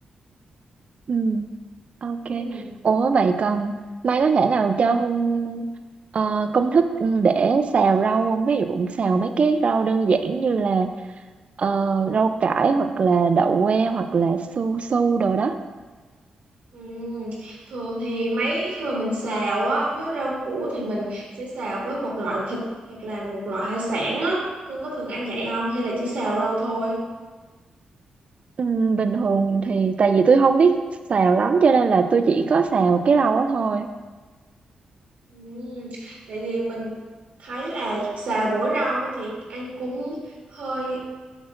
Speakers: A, on the right; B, on the right.
A: Ừ. Ok.
B: Ừm,
A: Ủa vậy còn Mai có thể nào cho Hương ờ, công thức ừ, để xào rau không? Ví dụ xào mấy cái rau đơn giản như là ờ, rau cải hoặc là đậu que hoặc là su su đồ đó.
B: ừm. Thường thì mấy khi mà mình xào á với rau củ thì mình sẽ xào với một loại thịt hoặc là một loại hải sản á Hương có thường ăn vậy không hay là chỉ xào rau thôi
A: Ừm, bình thường thì tại vì tôi không biết xào lắm cho nên là tôi chỉ có xào cái rau đó thôi
B: Ừm, tại vì mình thấy là xào mỗi rau á thì ăn cũng hơi